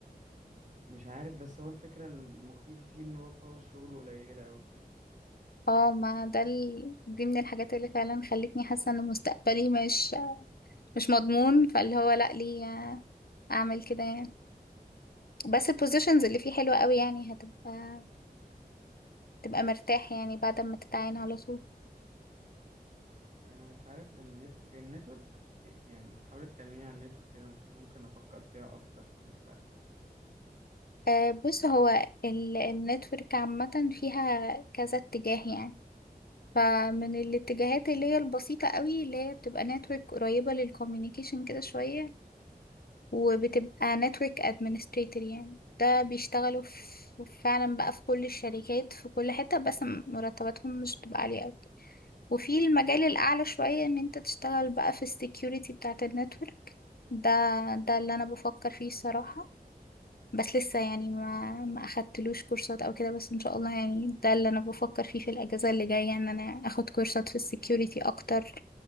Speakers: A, on the right; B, on the left.
A: مش عارف بس هو الفكرة المخيفة فيه ان هو فرص شغله قليلة اوي
B: اه ما ده ال... دي من الحاجات اللي فعلا خلتني حاسة ان مستقبلي مش مش مضمون فاللي هو لا ليه اعمل كده يعني بس البوزيشنز اللي فيه حلوة قوي يعني هتبقى تبقى مرتاح يعني بعد ما تتعين على طول
A: انا مش عارف النت... النتورك يعني حاولت تكلميني عن النتورك كده ممكن افكر فيها اكتر في المستقبل
B: آه، بص هو ال- النتورك عامة فيها كذا اتجاه يعني فمن الاتجاهات اللي هي البسيطة قوي اللي هي بتبقى نتورك قريبة للكوميونيكيشن كده شوية وبتبقى نتورك ادمنستريتور يعني ده بيشتغلوا في فعلا بقى في كل الشركات في كل حتة بس م- مرتباتهم مش بتبقى عالية قوي وفي المجال الأعلى شوية إن أنت تشتغل بقى في السكيورتي بتاعة النتورك ده ده اللي أنا بفكر فيه الصراحة بس لسه يعني ما ما اخدتلوش كورسات او كده بس ان شاء الله يعني ده اللي انا بفكر فيه في الاجازه اللي جايه ان انا اخد كورسات في السكيورتي اكتر